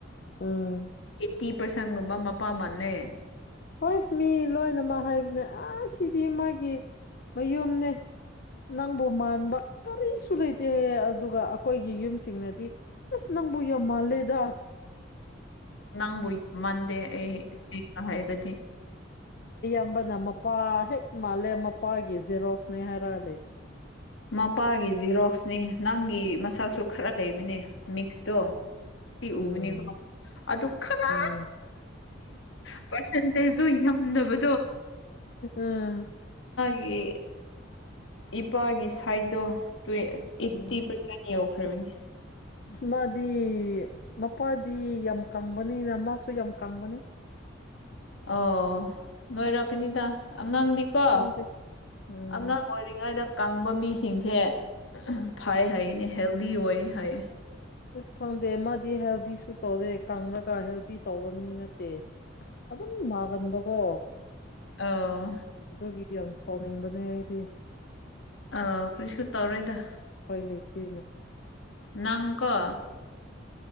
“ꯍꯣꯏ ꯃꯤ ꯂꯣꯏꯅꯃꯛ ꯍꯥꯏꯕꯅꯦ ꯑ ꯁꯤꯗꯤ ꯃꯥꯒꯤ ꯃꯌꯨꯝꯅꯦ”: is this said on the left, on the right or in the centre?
Left